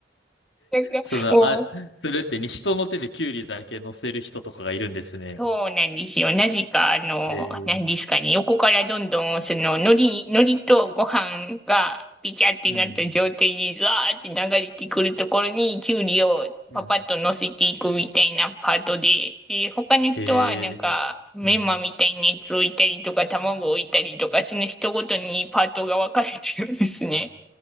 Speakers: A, in the centre; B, on the left.
A: なんか、
B: その、
A: もう
B: あ、それってに人の手でキュウリだけ乗せる人とかがいるんですね。
A: そうなんですよ。なぜか、あの、
B: へえー、
A: 何ですかね、横からどんどん、その、海苔、海苔とご飯が、ピチャってなった状態で、
B: うん。
A: ザーって流れてくるところに、きゅうりをパパッと乗せていくみたいなパートで、
B: うん。
A: で、他の人は、
B: へえ、
A: なんか、メンマみたいなやつを置いたりとか、
B: うん。
A: 卵を置いたりとか、その人ごとにパートが分かれてるんですね。